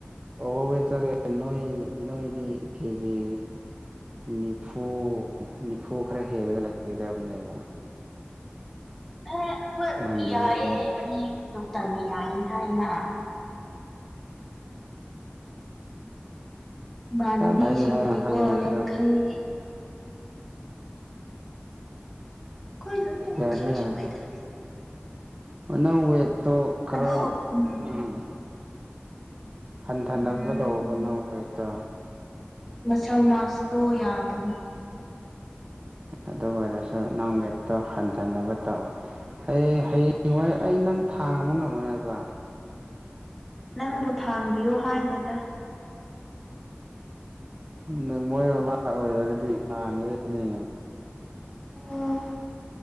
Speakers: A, on the right; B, in the centre.
A: ꯀꯧꯋꯦ ꯆꯠꯂꯑꯦ ꯅꯣꯏ ꯅꯣꯏꯗꯤ ꯀꯦꯖꯤ ꯅꯤꯐꯨ ꯅꯤꯐꯨ ꯈꯔ ꯍꯦꯜꯂꯒ ꯂꯩꯒꯗꯕꯅꯦꯕ
B: ꯑꯦ ꯑꯩꯈꯣꯏ
A: ꯅꯪꯒꯤꯗꯨꯗꯤ
B: ꯌꯥꯏꯌꯦꯦ ꯃꯤ ꯗꯣꯛꯇꯔꯅ ꯌꯥꯏ ꯍꯥꯏꯅ ꯏꯃꯥꯟꯅꯕꯤꯁꯤꯡꯗꯤꯀꯣ
A: ꯌꯥꯗꯤ ꯍꯥꯏ ꯍꯥꯏꯒꯅꯤ
B: ꯌꯥꯡꯈꯩ
A: ꯑ
B: ꯑꯩꯈꯣꯏ ꯂꯣꯏꯅ
A: ꯌꯥꯗ
B: ꯌꯥꯡꯈꯩ
A: ꯌꯥꯗ
B: ꯁꯨꯑꯦꯗ
A: ꯅꯪ ꯋꯦꯠꯇꯣ ꯈꯔ
B: ꯑꯗꯣ ꯎꯝ
A: ꯎꯝ ꯍꯟꯊꯅꯕ
B: ꯎꯝ
A: ꯇꯧꯕꯅ ꯋꯦꯠꯇ
B: ꯃꯁꯜ ꯃꯥꯁꯇꯣ ꯌꯥꯝꯕꯒꯤ
A: ꯑꯗꯨ ꯑꯣꯏꯔꯁꯨ ꯅꯣꯡꯒꯤꯩꯛꯇꯣ ꯍꯟꯊꯅꯕ ꯇꯧꯋꯤ ꯍꯌꯦ ꯍꯌꯦꯡꯋꯥꯏ ꯑꯩ ꯅꯪ ꯊꯥꯡ ꯑꯃ ꯉꯝꯃꯣꯏ ꯍꯥꯏꯕ
B: ꯅꯪꯕꯨ ꯊꯥꯡꯕꯤꯌꯣ ꯍꯥꯏꯗꯦꯗ
A: ꯅ ꯃꯣꯏ ꯃꯕꯥꯥ ꯑꯣꯏꯔꯒꯗꯤ ꯊꯥꯡꯉꯦꯅꯦ
B: ꯎꯝ